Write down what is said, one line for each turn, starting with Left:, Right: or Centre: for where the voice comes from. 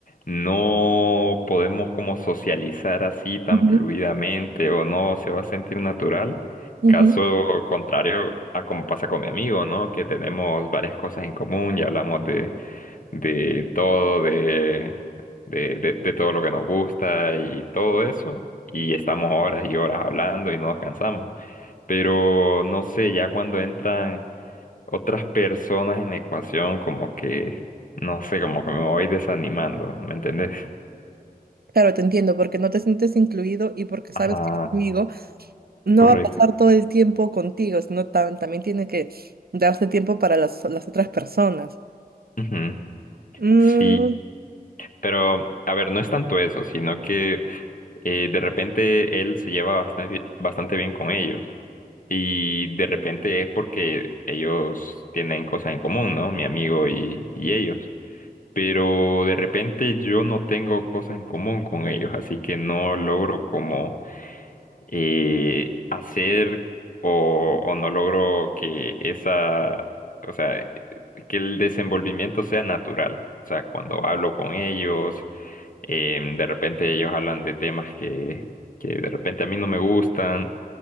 Left: no podemos como socializar así tan
Right: Ujú.
Left: fluidamente o no se va a sentir natural.
Right: Ujú.
Left: Caso contrario a como pasa con mi amigo, ¿no? Que tenemos varias cosas en común y hablamos de, de todo, de, de, de, de todo lo que nos gusta y todo eso. Y estamos horas y horas hablando y no nos cansamos. Pero no sé, ya cuando entran otras personas en la ecuación, como que, no sé, como que me voy desanimando, ¿me entendés?
Right: Claro, te entiendo, porque no te sientes incluido y porque sabes
Left: Ajá,
Right: que el amigo no
Left: correcto.
Right: va a pasar todo el tiempo contigo, sino tam- también tiene que darse tiempo para las, las otras personas.
Left: Ujú,
Right: Mm,
Left: Sí, pero a ver, no es tanto eso, sino que eh, de repente él se lleva bastante, bastante bien con ellos. Y de repente es porque ellos tienen cosas en común, ¿no? Mi amigo y, y ellos. Pero de repente yo no tengo cosas en común con ellos, así que no logro como eh, hacer o, o no logro que esa, o sea, que el desenvolvimiento sea natural. O sea, cuando hablo con ellos, em, de repente ellos hablan de temas que, que de repente a mí no me gustan